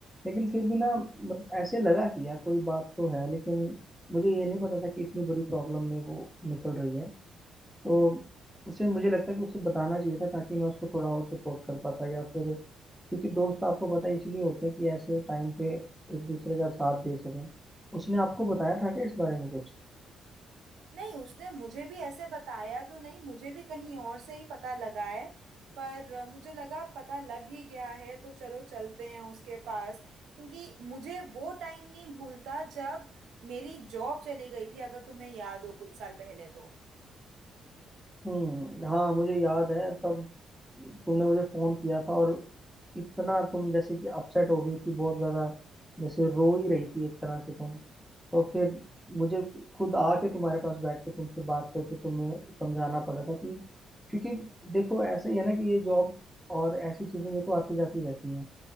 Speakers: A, in the centre; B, on the right (about 80°).
A: लेकिन फिर भी ना मत- ऐसे लगा कि यार कोई बात तो है लेकिन मुझे ये नहीं पता था कि इतनी बड़ी प्रॉब्लम में वो निकल रही है तो उसे मुझे लगता है कि उसे बताना चाहिए था ताकि मैं उसको थोड़ा और सपोर्ट कर पाता या फिर क्योंकि दोस्त आपको पता है इसलिए होते हैं कि ऐसे टाइम पे एक दूसरे का साथ दे सकें उसने आपको बताया था क्या इस बारे में कुछ
B: नहीं उसने मुझे भी ऐसे बताया तो नहीं मुझे भी कहीं और से ही पता लगा है पर अ, मुझे लगा पता लग ही गया है तो चलो चलते हैं उसके पास क्योंकि मुझे वो टाइम नहीं भूलता जब मेरी जॉब चली गई थी अगर तुम्हें याद हो कुछ साल पहले तो
A: हम्म हाँ मुझे याद है तब तुमने मुझे फोन किया था और इतना तुम जैसे कि अपसेट हो गई थी बहुत ज्यादा जैसे रो ही रही थी एक तरह से तुम तो फिर मुझे खुद आके तुम्हारे पास बैठ के तुमसे बात करके तुम्हें समझाना पड़ा था कि क्योंकि देखो ऐसा ही है ना कि ये जॉब और ऐसी चीजें ये तो आती जाती रहती हैं